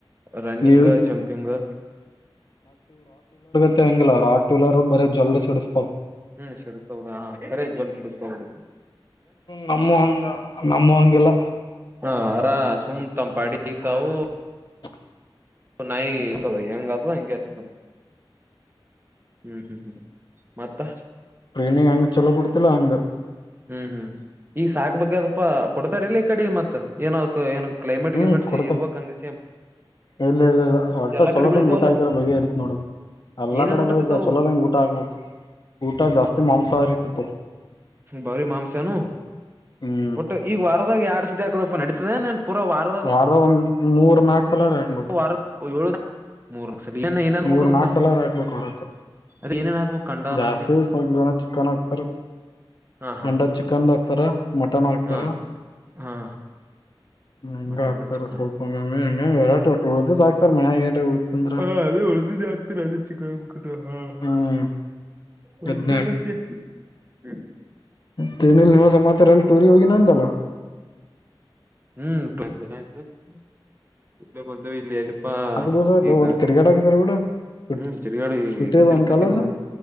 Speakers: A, on the right; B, on the left.
A: ರನ್ನಿಂಗ್
B: ನೀವು
A: ಜಂಪಿಂಗ್.
B: <unintelligible> ಗಿಲ್ಲ ಅವರ್ ಆಟ್ ವೀಲರ್ ಬರೇ ಜೋಲ್ ಸಿಡಿಸತಾವ್.
A: ಹ್ಮ್ ಸಿಡಿತವ್ರ ಹಾ ಖರೇ ಜೋಲ್ ಸಿಡುಸ್ತಾವೇ ಬಿಡ್ರೀ.
B: ಹ್ಮ ನಮ್ಮುಂಗ ನಮ್ಮುವಂಗಿಲ್ಲ.
A: ಹಾ ಅರಾ ಸುಮ್ ತಂಪಾಡಿಗ್ ತಾವು.
B: ಚೌಂ
A: ನಾಯಿ ಹೆಂಗ ಆತದೋ ಹಂಗ್ ಕೆಲಸ. ಹ್ಮ್ ಹ್ಮ್ ಹ್ಮ್ ಮತ್ತ.
B: ಟ್ರೈನಿಂಗ್ ಹಂಗ್ ಚಲೋ ಕೊಡ್ತಿಲ್ಲ ಹಂಗೆ.
A: ಹ್ಮ್ ಹ್ಮ್ ಈಗ ಸಾಕ್ಬೇಕದಪ್ಪಾ ಕೊಡ್ತಾರಿಲ್ಲ ಈ ಕಡೆ ಮತ್ ಏನಕ್ಕೊ ಏನ್ ಕ್ಲೈಮೇಟ್
B: ಹ್ಮ್
A: ಗೀಮೇಟ್
B: ಕೊಡ್ತಾವ
A: ಸಿ ಇರ್ಬೇಕ್ ಅಂಗೇ ಸೇಮ್.
B: ಇಲ್ಲ ಇಲ್ಲ ಇಲ್ಲ ವಟ್ಟೋ
A: ಎಲ್ಲಾ
B: ಚಲೋ
A: ಕಡೆ ಬೆಳಿತಾವಲ್ಲ
B: ತಂಗ ಊಟ ಹಾಕೀರ ಬಗೆ ಅರಿತಿತ್ ನೋಡೋ. ಎಲ್ಲ
A: ಏನೇನ್
B: ಕಡೆ
A: ಊಟತಿತಾವು
B: ಬೆಳತವ ಚಲೋದಂಗೆ ಊಟ ಹಗ್ಬೇಕು ಊಟ ಜಾಸ್ತಿ ಮಾಂಸಹರಿ ತಿಂತಾವೆ.
A: ಬರಿ ಮಾಂಸನು
B: ಹ್ಮ್
A: ಒಟ್ಟು ಈಗ ವಾರದಾಗ ಎರಡು ಸತಿ ಆಕದಪ್ಪ ನಡತದೆ ಎನ್ ಪೂರಾ ವಾರದ.
B: ವಾರದಗ ಒಂದ್ ಮೂರ್ ನಾಲ್ಕ್ ಸಲರ ಹಾಕ್ಬೇಕು.
A: <unintelligible> ಸಲ ಏನ್ ಏನ್ ಹಾಕ್ಬೇಕ
B: ಮೂರು
A: ಅದಕ್ಕ
B: ನಾಲ್ಕು ಸಲ ನಾ ಹಾಕಬೇಕು ವಾರಕ್ಕ.
A: ಅದ ಏನೇನ್ ಹಾಕ್ಬೇಕ್ ಕಂಡ
B: ಜಾಸ್ತಿ
A: ಅನ್ನಕೇನು
B: ಸ್ವಲ್ಪ ಜನ ಚಿಕನ್ ಆಕ್ತಾರೆ.
A: ಹಾ ಹಾ
B: ಖಂಡ
A: ಹಾ
B: ಚಿಕನ್ದ ಹಾಕ್ತಾರ ಮಟನ್ನು ಹಾಕ್ತಾರ.
A: ಹಾ ಹಾ
B: ಹಂಗ
A: ಮಟನ್
B: ಆಕ್ತಾರ
A: ಚಿಕನ್
B: ಸ್ವಲ್ಪ ಮಮ್ಮೆ ಹಂಗೆ ವರಾಟ ಒಟ್ಟು ಉಳ್ದೀದ್ ಹಕ್ತಾರ ಮನ್ಯಾಗ ಎನರ ಉಳಿತಂದ್ರ.
A: ಹ ಅದೇ ಹೊಳ್ದಿದ್ದೇ ಆಕ್ತೀನಿ ಅದೇ ಚಿಕ್ಕನ್ ಮಕನ್ ಹಾ
B: ಹ್ಮ್
A: ಮತ್ತೆನ್
B: ಅದ್ನೇ
A: ಅಂತ್ ಹ್ಮ್ ಹ್ಮ್
B: ಮತ್ತ ಇನಿಲ್ಲೋ ಸಮಾಚಾರ ಎಲ್ಲಿ ಟೂರಿ ಹೋಗಿನಂದಲ್ಲ.
A: ಹ್ಮ್ ಪ್ರಗ ದಿನ ಆಯ್ತು ಇಲ್ಲೇ <unintelligible> ಅಪ್ಪಾ
B: ನಾಲ್ಕು ದಿವಸ ಆಯ್ತು
A: ಈಗ
B: ಒಟ್ ತಿರ್ಗಾಡಾಕತ್ತೀರಿ ಬಿಡು ಸುಟ್ಟಿ
A: ಹ್ಮ್ ತಿರುಗಾಡು ಈಗ
B: ಸುಟ್ಟಿ ಅದಾವನ್
A: ತಿರುಪತಿ
B: ಕಾಲೇಜು
A: <unintelligible>